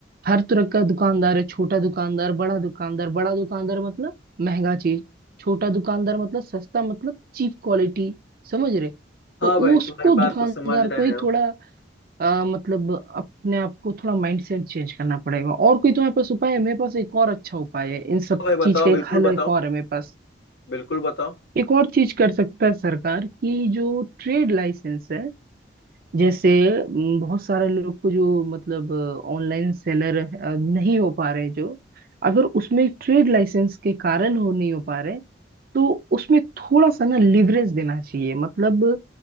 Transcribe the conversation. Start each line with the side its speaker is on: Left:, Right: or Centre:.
Right: हर तरह का दुकानदार है छोटा दुकानदार बड़ा दुकानदार बड़ा दुकानदार मतलब महंगा चीज छोटा दुकानदार मतलब सस्ता मतलब चीप क्वालिटी समझ रहे
Left: हाँ
Right: तो वो
Left: भाई
Right: उसको
Left: तुम्हारी बात
Right: दुकानदार
Left: को समझ रहे
Right: को ही
Left: हैं हम
Right: थोड़ा आ, मतलब अपने आप को थोड़ा माइंडसेट चेंज करना पड़ेगा और कोई तुम्हारे पास उपाय है मेरे पास एक और अच्छा उपाय है इन सब
Left: हाँ भाई बताओ
Right: चीज का
Left: बिल्कुल
Right: एक हल
Left: बताओ
Right: एक और है मेरे पास
Left: बिल्कुल बताओ
Right: एक और चीज कर सकता है सरकार कि जो ट्रेड लाइसेंस है जैसे म, बहुत सारे लोग को जो मतलब ऑनलाइन सेलर नहीं हो पा रहे जो अगर उसमें ट्रेड लाइसेंस के कारण हो नहीं हो पा रहे तो उसमें थोड़ा सा ना लिवरेज देना चाहिए मतलब